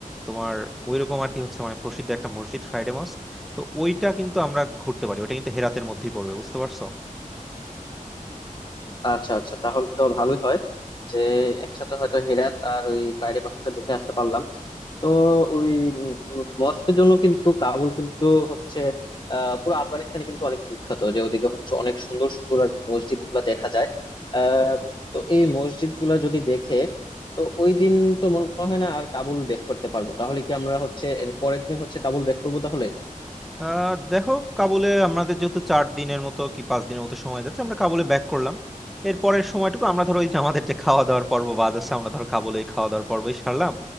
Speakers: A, in the centre; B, on the left.
A: তোমার ওইরকম আর কি হচ্ছে মানে প্রসিদ্ধ একটা মসজিদ ফ্রাইডে মস্ক তো ওইটা কিন্তু আমরা ঘুরতে পারি ওইটা কিন্তু হেরাতের মধ্যেই পড়বে বুঝতে পারছো
B: আচ্ছা আচ্ছা তাহলে তো ভালোই হয় যে একসাথে হয়তো হেরাত আর ওই ফ্রাইডে মস্কটা দেখে আসতে পারলাম তো ওই মস্কের জন্য কিন্তু কাবুল কিন্তু হচ্ছে আহ পুরো আফগানিস্তানে কিন্তু অনেক বিখ্যাত যে ওদিকে হচ্ছে অনেক সুন্দর সুন্দর আর কি মসজিদ গুলা দেখা যায় আহ তো এই মসজিদ গুলা যদি দেখে তো ওই দিন তো মনে হয় না আর কাবুল ব্যাক করতে পারবো তাহলে কি আমরা হচ্ছে এর পরের দিন হচ্ছে কাবুল ব্যাক করবো তাহলে
A: আহ দেখো কাবুলে আমাদের যেহেতু চার দিনের মতো কি পাঁচ দিনের মতো সময় যাচ্ছে আমরা কাবুলে ব্যাক করলাম এর পরের সময়টুকু আমরা ধরো ওই যে আমাদের যে খাওয়া দাওয়ার পর্ব বাদ আছে আমরা ধরো কাবুলে এই খাওয়া দাওয়ার পর্বই সারলাম